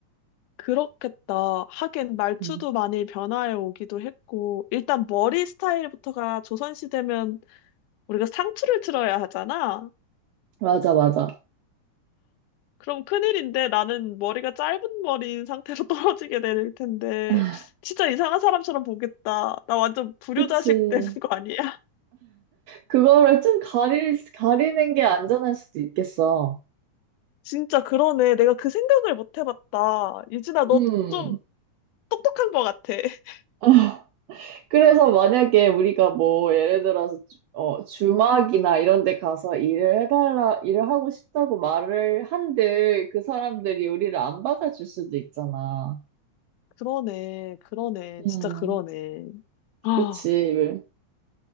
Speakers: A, on the left (about 85°); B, on the right (about 80°).
A: 그렇겠다. 하긴 말투도
B: 응.
A: 많이 변화해 오기도 했고, 일단 머리 스타일부터가 조선시대면 우리가 상투를 틀어야 하잖아.
B: 맞아, 맞아.
A: 그럼 큰일인데 나는 머리가 짧은 머리인 상태로 <laughs> 떨어지게 될 텐데,
B: <laughs>
A: 진짜 이상한 사람처럼 보겠다. 나 완전 불효자식
B: 그치.
A: 되는 거 아니야? <laughs>
B: 그거를 좀 가릴, 가리는 게 안전할 수도 있겠어.
A: 진짜 그러네. 내가 그 생각을 못 해봤다. 유진아, 너
B: 음.
A: 좀 똑똑한 거 같아. <laughs>
B: <laughs> 그래서 만약에 우리가 뭐 예를 들어서 주- 어, 주막이나 이런 데 가서 일을 해달라, 일을 하고 싶다고 말을 한들 그 사람들이 우리를 안 받아줄 수도 있잖아.
A: 그러네, 그러네,
B: 음,
A: 진짜 그러네. 아,
B: 그치.